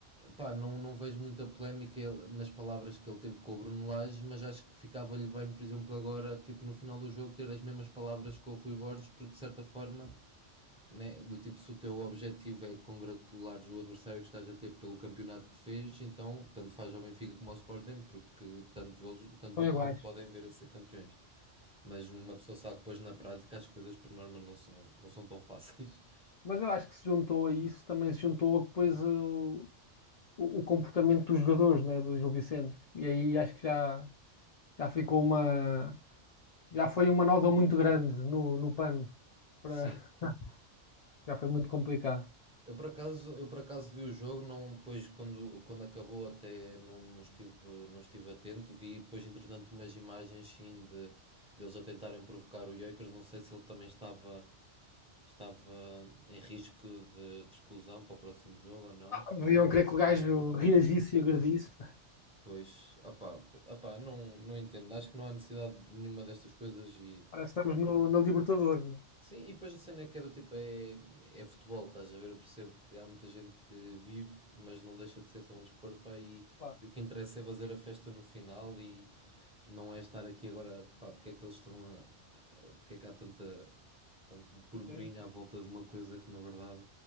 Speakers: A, in the centre; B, on the left.
A: pá, não, não vejo muita polémica nas palavras que ele teve com o Bruno Lage, mas acho que ficava-lhe bem, por exemplo, agora, tipo, no final do jogo, ter as mesmas palavras com o Rui Borges, porque de certa forma né? Do tipo, se o teu objetivo é congratular o adversário que estás a ter pelo campeonato que fez, então tanto faz ao Benfica como ao Sporting, porque tanto, eles, tanto
B: São
A: um
B: iguais.
A: como outro podem ver a ser campeões. Mas uma pessoa sabe que depois na prática as coisas por norma não são, não são tão fáceis. <laughs>
B: Mas eu acho que se juntou a isso, também se juntou depois o, o, o comportamento dos jogadores, né, do Gil Vicente. E aí acho que já, já ficou uma. Já foi uma nódoa muito grande no, no pano. Para-
A: Sim.
B: <laughs> já foi muito complicado.
A: Eu por acaso, eu por acaso vi o jogo, não, depois quando, quando acabou até não, não estive, não estive atento, vi depois entretanto umas imagens sim de, deles a tentarem provocar o Jokers, não sei se ele também estava estava em risco de, de exclusão para o próximo jogo ou não.
B: Deviam querer que o gajo reagisse e agredisse, né?
A: Pois, opá, p- opá, não, não entendo. Acho que não há necessidade de nenhuma destas coisas e
B: Parece que estamos no, na Libertadores, né?
A: Sim, e depois a cena é que é do tipo, é, é futebol, estás a ver? Eu percebo que há muita gente que vive, mas não deixa de ser só um desporto, pá, e,
B: Claro.
A: e o que interessa é fazer a festa no final e não é estar aqui agora, pá, porque é que eles estão a, a- porque é que há tanta, tanto burburinho
B: Sim, sim,
A: à volta de uma coisa que na verdade,